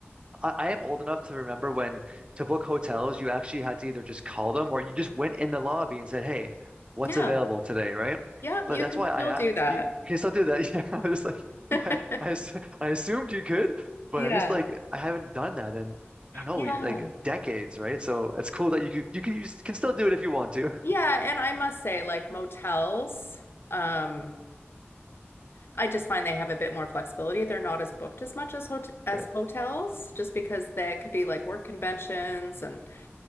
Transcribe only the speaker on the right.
I, I am old enough to remember when to book hotels, you actually had to either just call them or you just went in the lobby and said, "Hey, what's
available today?" Right?
But
that's
why
I
a-
you, you can still do that. <laughs> Yeah, I was like, <laughs>
I, I ass- I assumed you could, but
I just like I haven't done that in I don't know,
we, like decades, right? So it's cool that you could you can you can still do it if you want to.
<laughs> Right.